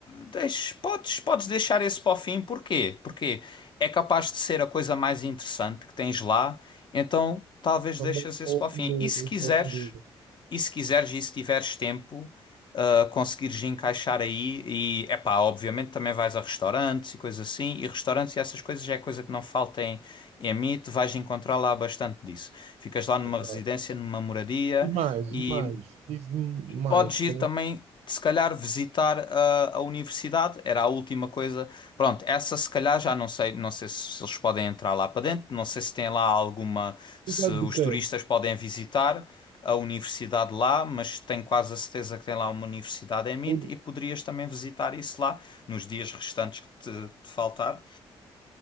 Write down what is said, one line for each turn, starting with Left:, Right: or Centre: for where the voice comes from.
Left: deixa- podes, podes deixar esse para o fim, porquê? Porque é capaz de ser a coisa mais interessante que tens lá, então talvez
Right: Também
Left: deixes esse
Right: sou
Left: para
Right: o
Left: o
Right: primeiro,
Left: fim. E se quiseres.
Right: sou o primeiro.
Left: E se quiseres e se tiveres tempo, ah, conseguires encaixar aí e, epá, obviamente também vais a restaurantes e coisas assim, e restaurantes e essas coisas já é coisa que não falta em, em mim, tu vais encontrar lá bastante disso. Ficas lá numa
Right: Tá.
Left: residência,
Right: tá.
Left: numa moradia
Right: E mais,
Left: e
Right: e mais. Diz-me mais.
Left: Podes ir
Right: Tenho
Left: também, se calhar, visitar a, a universidade, era a última coisa. Pronto, essa se calhar já não sei, não sei se eles podem entrar lá para dentro, não sei se tem lá alguma, se
Right: Universidade
Left: os
Right: de quê?
Left: turistas podem visitar a universidade lá, mas tenho quase a certeza que tem lá uma universidade em MIT
Right: Uni-
Left: e poderias também visitar isso lá nos dias restantes que te, te faltar.